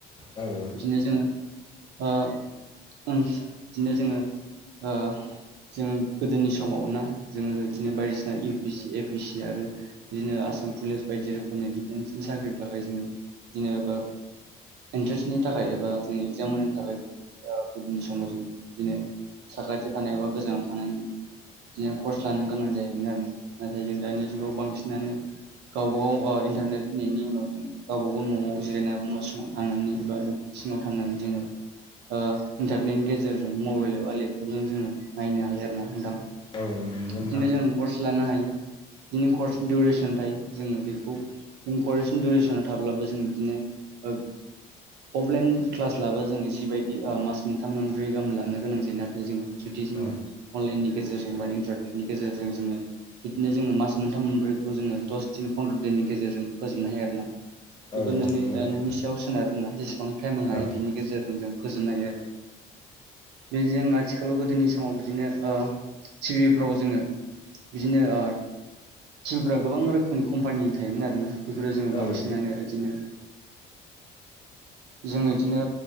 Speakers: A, on the left; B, on the right.
A: औ
B: बिदिनो जोङो ओ बिदिनो जोङो ओ जोङो गोदोनि सम दंबावो ना जोङो बिदिनो बायदिसिना इ बि सि, ए पि सि आरो बिदिनो आसाम पुलिस बायदि रोखोमनि डिफेन्सनि साख्रिनि थाखाय जोङो बिदिनो‌ ओ इन्ट्रेन्सनि थाखाय एबा जोंनि एगजाम होनो थाखाय बिदिनो समाव जों बिदिनो साखाथियाव थानाय एबा गोजानाव थानानै बिदिनो कर्स लानो गोनां जायोमोन आरो नाथाय जों दानि जुगाव बांसिनानो गावबा गाव ओ इन्टारनेट फैनायनि उनाव जों गावबा गाव न'आव जिरायनानै न' सिङाव थानानै एबा सिङाव थानानै जोङो ओ इन्टारनेटनि गेजेरजों मबाइल एबा लेपटपजों जोङो नायनो हायो आरो ना नोंथां।
A: औ नोंथां
B: बिदिनो जों कर्स लानो हायो बिनो
A: औ
B: कर्स दिवरेस <unintelligible> थायो जोङो बेखौ जों करेसन दुरेसनाव थाब्लाबो जों बिदिनो ओ अफलाइन क्लास लाबा जोङो जिबायदि मास मोनथाम मोनब्रै गाहाम लानो गोनां जायो नाथाय जोङो जुदि जोङो
A: औ
B: अनलाइननि गेजेरजों बा बिदिनो जोङो मास मोनथाम मोनब्रैखौ जोङो दस दिन फन्द्र' दिननि गेजेरजों फोजोबनो हायो आरो ना।
A: औ
B: <unintelligible> नोंनि-नोंनि
A: औ नंगौ नोंथां
B: सायाव सोनारो ना जेसेबां टाइम होनो हायो
A: औ
B: बिनि गेजेरजों जों फोजोबनो हायो आरो। बे जों आथिखालाव गोदोनि समाव बिदिनो ओ टिभिफ्राव जोङो बिदिनो ओ टिभिफ्रा गोबां रोखोमनि कम्पानिनि थायोमोन आरोना बेफोराव जोङो
A: औ
B: बांसिनानो बिदिनो जोङो इदिनो